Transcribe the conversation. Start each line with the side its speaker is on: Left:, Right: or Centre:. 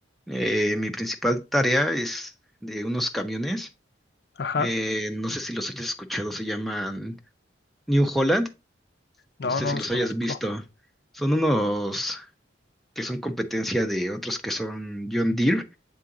Centre: eh, mi principal tarea es de unos camiones.
Left: ajá.
Centre: eh, no sé si los hayas escuchado, se llaman New Holland.
Left: No,
Centre: No sé
Left: no
Centre: si
Left: los
Centre: los
Left: conozco.
Centre: hayas visto. Son unos que son competencia de otros que son John Deere,